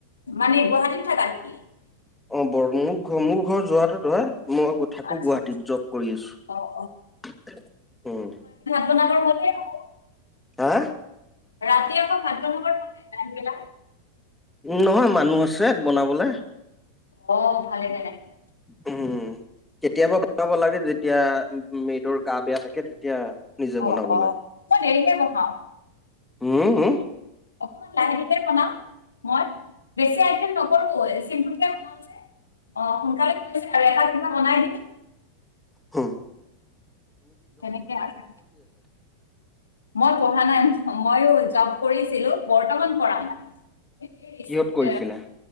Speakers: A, on the left (about 70°); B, in the centre.
A: মানে গুৱাহাটীত থাকা নেকি? <unintelligible>
B: অ', বৰ মোৰ ঘৰ মোৰ ঘৰ যোৱাটো হয়। মই থাকো
A: আচ্ছা
B: গুৱাহাটীত
A: আচ্ছা
B: জব কৰি আছো
A: অ'
B: উ'ম।
A: সোণাপুৰ <inaudible>
B: হা
A: ৰাতি আকৌ ভাত বনাবৰ হৈ ন টাইম বিলাক
B: নহয়, মানুহ আছে বনাবলে।
A: অ' ভালে তেনেহ'লে
B: উ'ম। কেতিয়াবা বনাব লাগে যেতিয়া মেদৰ গা বেয়া থাকে। তেতিয়া নিজে বনাব
A: অ', অ',
B: লাগে
A: মই দেৰিকে বহাওঁ।
B: হম হম
A: অকমান লাহে ধীৰে বনাও, মই বেছি আইটেম নকৰো মই ছিমপ্ল কে বনাও যে অ', সোনকালে কৰিছে আৰু এটা কিবা বনাই দিম।
B: হু'ম।
A: তেনেকে আৰু মই পঢ়া নাই ময়ো জব কৰিছিলো বৰ্তমান পৰা নাই এই ৰিচেণ্ট
B: কিহত কৰিছিলা?